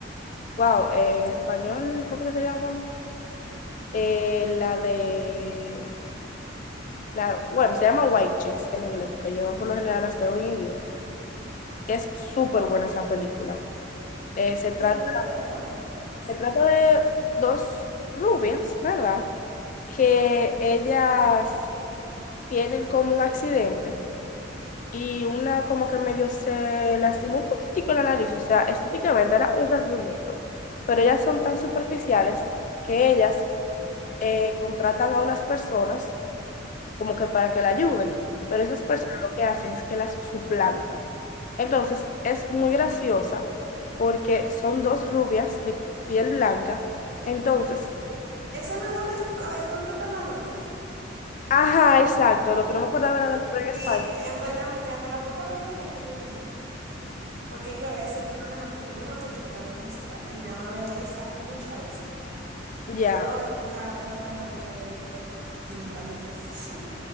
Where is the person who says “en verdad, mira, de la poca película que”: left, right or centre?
Right